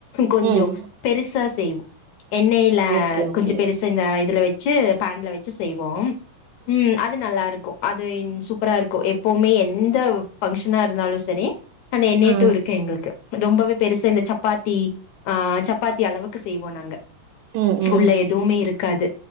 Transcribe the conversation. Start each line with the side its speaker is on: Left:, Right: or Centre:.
Left: கொஞ்சோ
Right: ம்
Left: பெருசா செய்வோ எண்ணயில
Right: ஓகே ஓகே
Left: கொஞ்சோ பெருசு இந்த இதுல வச் வச்சு பாண்ல வச்சு செய்வோம் ம் அது நல்லா இருக்கும் அது சூப்பரா இருக்கும் எப்பவுமே எந்த பங்க்ஷனா இருந்தாலும் சரி அது என்னிட்டு
Right: ஆ
Left: இருக்கு எங்ளுக்கு ரொம்பவே பெருசு இந்த சப்பாத்தி ஆஹ் சப்பாத்தி அளவுக்கு செய்வோம் நாங்க
Right: ம் ம்
Left: உள்ள
Right: ம்
Left: எதுவுமே இருக்காது